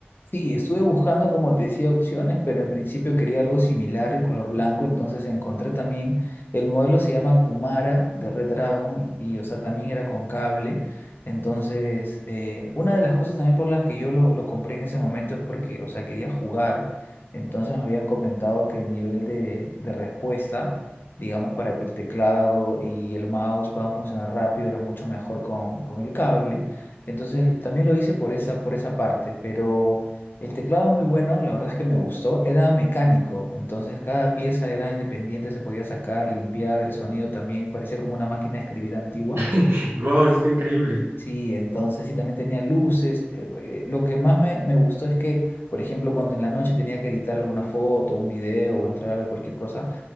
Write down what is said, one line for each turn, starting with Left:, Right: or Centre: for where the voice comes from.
Left: Sí, estuve buscando, como te decía, opciones, pero en principio quería algo similar y color blanco, entonces encontré también, el modelo se llama Kumara de Red Dragon y, o sea, también era con cable. Entonces, eh, una de las cosas también por las que yo lo, lo compré en ese momento es porque, o sea, quería jugar, entonces me habían comentado que el nivel de, de respuesta, digamos, para que el teclado y el mouse puedan funcionar rápido, era mucho mejor con, con el cable. Entonces, también lo hice por esa, por esa parte, pero... El teclado muy bueno, la verdad es que me gustó, era mecánico, entonces cada pieza era independiente, se podía sacar, limpiar, el sonido también parecía como una máquina de escribir antigua.
Right: <laughs> ¡Guau! está increíble.
Left: Sí, entonces sí también tenía luces. eh, eh, lo que más me, me gustó es que, por ejemplo, cuando en la noche tenía que editar alguna foto, un video o entrar a ver cualquier cosa,